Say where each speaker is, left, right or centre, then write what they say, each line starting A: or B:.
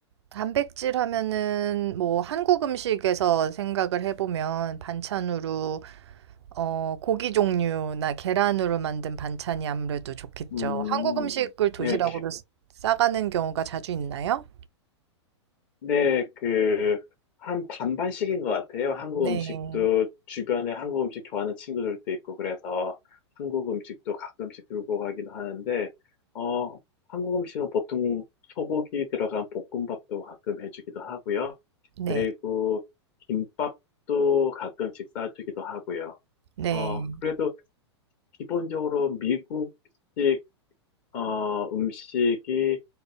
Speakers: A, on the right; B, on the left.
A: 단백질 하면은 뭐 한국 음식에서 생각을 해보면 반찬으로 어 고기 종류나 계란으로 만든 반찬이 아무래도 좋겠죠.
B: 음,
A: 한국 음식을 도시락으로
B: 네,
A: 쓰- 싸가는 경우가 자주 있나요?
B: 네, 그, 한 반반씩인 것 같아요. 한국
A: 네.
B: 음식도 주변에 한국 음식 좋아하는 친구들도 있고, 그래서 한국 음식도 가끔씩 들고 가기도 하는데, 어, 한국 음식은 보통 소고기 들어간 볶음밥도 가끔 해주기도 하고요.
A: 네.
B: 그리고 김밥도 가끔씩 싸주기도 하고요.
A: 네.
B: 어, 그래도 기본적으로 미국식, 어, 음식이